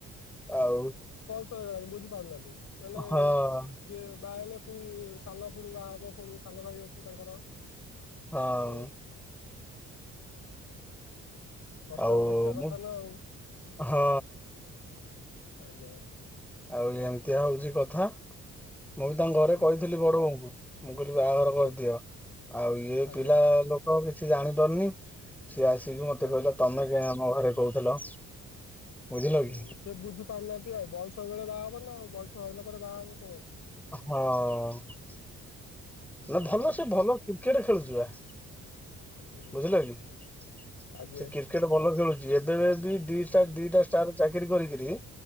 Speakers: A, in the centre; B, on the left.
A: ଆଉ
B: ହଇରାଣ ବୁଝିପାରୁନାହାନ୍ତି ମାନେ
A: ହଁ
B: ସେ ବାହା ହେଲେ ପୁଣି ସାନ ପୁଣି ବାହା ହବ ପୁଣି ସାନ ଭାଇ ଅଛି ତାଙ୍କର।
A: ହଁ।
B: ଆଉ ପ୍ରସ୍ତାବ
A: ଆଉ
B: ଦେଖିବା କଥା
A: ମୁଁ
B: ନା ଆଉ
A: ହଁ
B: ଆଜ୍ଞା।
A: ଆଉ ଏମିତିଆ ହଉଛି କଥା ମୁଁ ବି ତାଙ୍କ ଘରେ
B: ଆଜ୍ଞା
A: କହିଥିଲି ବଡ ବୋଉଙ୍କୁ। ମୁଁ କହିଲି ବାହାଘର
B: ଆଜ୍ଞା
A: କରିଦିଅ ଆଉ ଇଏ
B: ଆଜ୍ଞା।
A: ପିଲା ଲୋକ କିଛି ଜାଣିପାରୁନି। ସିଏ ଆସିକି ମତେ
B: ଆଜ୍ଞା
A: କହିଲା ତମେ କାଇଁ ଆମ ଘରେ କହୁଥିଲ। ବୁଝିଲ
B: ହୁଁ
A: କି
B: ସେ ବୁଝି ପାରୁନାହାନ୍ତି ଆଉ ବୟସ ବେଳେ ବାହାହବ ନା ଆଉ ବୟସ ହେଇଲା ପରେ ବାହାହବ କାଇଁ।
A: ହଁ। ନା
B: ଆଜ୍ଞା
A: ଭଲ ସେ ଭଲ କ୍ରିକେଟ ଖେଳୁଛି ବା।
B: ଉଁ
A: ବୁଝିଲ କିି ସେ
B: ଆଜ୍ଞା
A: କୀର୍ କ୍ରିକେଟ ଭଲ ଖେଳୁଛି ଏବେ ବି ଦି ଦିଟା
B: ଉଁ
A: ଦି ଟା ଷ୍ଟାର ଚାକିରି କରିକରି